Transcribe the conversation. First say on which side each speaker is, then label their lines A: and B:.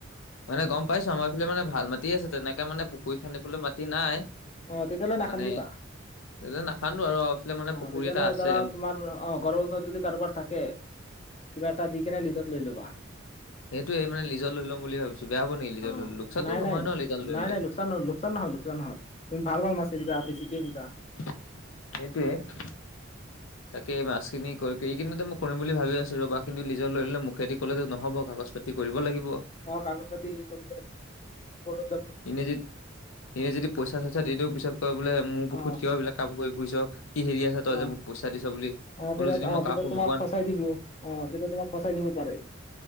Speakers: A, on the left; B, on the left.
A: মানে গম পাইছোঁ, আমাৰ এইফাল মানেভাল মাটি মাটি আছে তেনেকে মানে পুকুৰী খান্দিবলৈ মাটি নাই
B: অ তেতিয়াহ'লে নাখান্দিবা
A: মানে তেতিয়া নাখান্দো আৰু এইফালে মানে
B: অ'
A: পুখুৰী
B: তেতিয়াহ'লে
A: এটা আছে
B: ধৰা তোমাৰ, অ' ঘৰৰ ওচৰত যদি কাৰোবাৰ থাকে কিবা এটা দি কেনে লিজত লৈ ল'বা।
A: সেইটোৱেই মানে লীজত ল'ম বুলি ভাবিছোঁ, বেয়া হ'ব নেকি লীজত
B: অ
A: লৈ ল'লে? লোকচানতো
B: নাই
A: নহয়
B: নাই
A: ন'। লিজত লৈ
B: নাই
A: ল'লে
B: নাই লোকচান নহয়, লোকচান নহয় লোকচান নহয়। তুমি ভাল ভাল মাছ এৰিবা, বেছিকে দিবা।
A: সেইটোৱে। তাকে মাছখিনি কৰি কিনো, মই কৰিম বুলি ভাবি আছোঁ ৰ'বা কিন্তু লীজত লৈ ল'লে মুখেদি ক'লেতো নহ'ব কাগজ পাতি কৰিব লাগিব।
B: অ' কাগজ পাতি কৰিব, ক'ৰ্ডত যাব লাগিব।
A: এনে য এনে যদি পইচা চইচা দি দিওঁ পিছত কয় বোলে মোৰ
B: অ
A: পুখুত কিয় এইবিলাক কাম কৰি ফুৰিছ? কি হেৰি আছে তই
B: অ
A: যে মোক পইচা দিছ বুলি।
B: অ'
A: কোনো
B: পিছত
A: যদি
B: অ'
A: মই
B: পিছত
A: কাকো
B: তোমাক
A: নোকোৱা
B: ফচাই দিব, অ' পিছত তোমাক ফচাই দিব পাৰে।